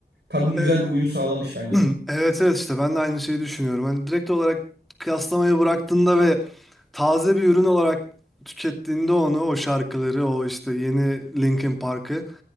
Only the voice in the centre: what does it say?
E,
<clears throat> evet evet işte ben de aynı şeyi düşünüyorum. Hani direkt olarak kıyaslamayı bıraktığında ve taze bir ürün olarak tükettiğinde onu o şarkıları o işte yeni Linkin Park'ı.